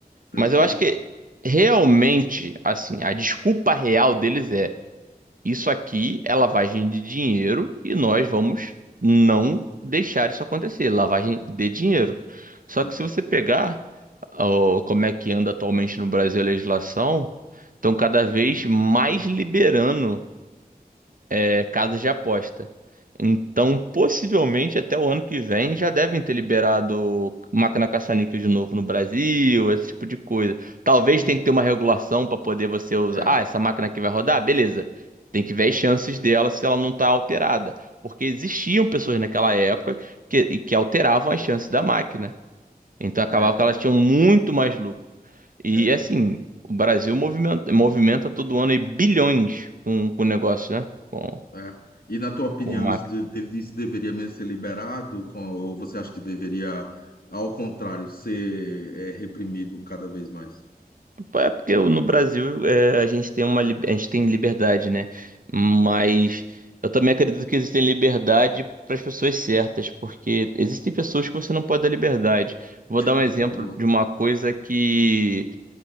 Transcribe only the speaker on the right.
Mas eu acho que realmente, assim, a desculpa real deles é, isso aqui é lavagem de dinheiro e nós vamos não deixar isso acontecer, lavagem de dinheiro. Só
que se você pegar ó, como é que anda atualmente no Brasil a legislação, estão cada vez mais liberando é, casas de aposta. Então, possivelmente até o ano que vem já devem ter liberado máquina caça-níquel de novo no Brasil, esse tipo de coisa. Talvez
tenha que ter uma regulação para poder você usar.
Ah, essa máquina aqui vai rodar? Beleza. Tem que ver as chances dela se ela não está alterada. Porque existiam pessoas naquela época que, e que alteravam as chances da máquina. Então acabava
que elas tinham muito mais lucro. E
assim, o Brasil movimenta, movimenta todo ano aí bilhões com o negócio, né? Com,
com máquina.
É porque no Brasil é, a gente tem uma lib- a gente tem liberdade, né? Mas eu também acredito que existe liberdade para as pessoas certas, porque existem pessoas que você não pode dar liberdade. Vou dar um
exemplo
de uma coisa que